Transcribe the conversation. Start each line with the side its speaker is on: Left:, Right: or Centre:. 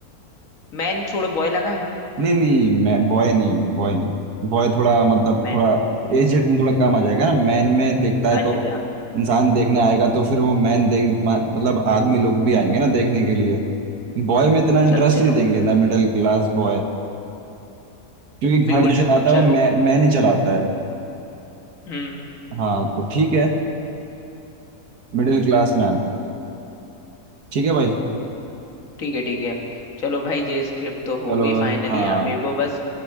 Left: मैन छोड़ो बॉय लगाएं
Right: नहीं नहीं मैं बॉय नहीं बॉय नहीं बॉय थोड़ा मतलब
Left: मैन
Right: थोड़ा एजेड में थोड़ा कम आ जाएगा ना मैन में देखता है
Left: अच्छा
Right: तो
Left: अच्छा
Right: इंसान देखने आएगा तो फिर वो मैन देख मा- मतलब आदमी लोग भी आएंगे ना देखने के लिए बॉय में इतना इंटरेस्ट
Left: चलो चलो
Right: नहीं देंगे द मिडिल क्लास बॉय क्योंकि घर
Left: बिल्कुल
Right: जो
Left: बिल्कुल
Right: चलाता है
Left: चलो
Right: वो मैं मैन ही चलाता है
Left: हम्म
Right: हाँ तो ठीक है मिडिल क्लास मैन ठीक है भाई
Left: ठीक है ठीक है चलो भाई ये स्क्रिप्ट तो हो
Right: चलो
Left: गई फाइनली
Right: हाँ
Left: अब मेरे को बस